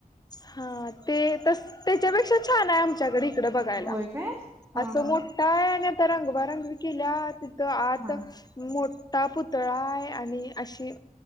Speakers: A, on the left; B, on the right.
A: हा ते तस त्याच्यापेक्षा छान आहे आमच्याकडे <unintelligible> बघायला
B: होय काय हा
A: असं
B: हा
A: मोठाय आणि आता रंग बारंग केल्यात तर आत
B: हा
A: मोठा पुतळा आहे आणि अशी